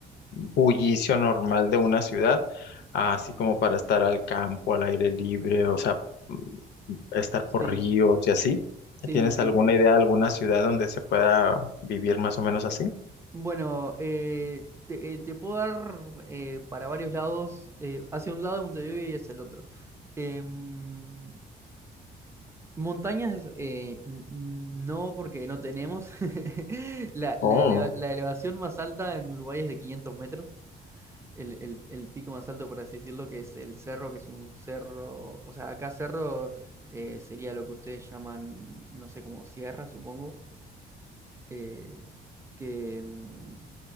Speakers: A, on the left; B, on the right.
A: bullicio normal de una ciudad, así como para estar al campo, al aire libre, o sea, mm, estar
B: Sí.
A: por ríos y así.
B: Sí,
A: ¿Tienes
B: sí, sí,
A: alguna
B: sí.
A: idea alguna ciudad donde se pueda vivir más o menos así?
B: Bueno, eh, te, eh, te puedo dar eh, para varios lados, eh, hacia un lado de Montevideo y hacia el otro. Em, montañas, eh, n- no porque no tenemos. <laughs> La, la
A: Oh,
B: eleva- la elevación más alta en Uruguay es de 500 metros, el, el- el pico más alto, por así decirlo, que es el cerro, que es un cerro, o sea, acá cerro eh, sería lo que ustedes llaman, no sé, como sierra, supongo. eh, que, em,